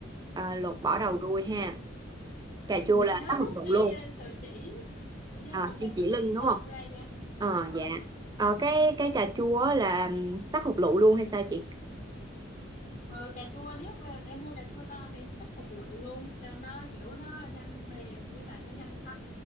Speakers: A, on the right (about 20°); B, on the left (about 40°).
A: Ờ, lột bỏ
B: ừ
A: đầu đuôi ha cà
B: Ừ,
A: chua
B: em
A: là
B: nhớ
A: sát hợp
B: rút
A: dụng
B: cái
A: luôn
B: ờ, sợi chỉ em nhớ
A: à,
B: rút
A: chỉ
B: cái sợi
A: chỉ lưng
B: chỉ
A: đúng
B: tôm
A: không
B: ra nha
A: ờ
B: à,
A: dạ
B: ờ,
A: Ờ, cái cái cà chua á là ừm, sát hột lựu luôn hay sao chị
B: Ờ, cà chua nếu mà em mua cà chua to thì em xắt hột lựu luôn cho nó kiểu nó nhanh mềm với lại nó nhanh thấm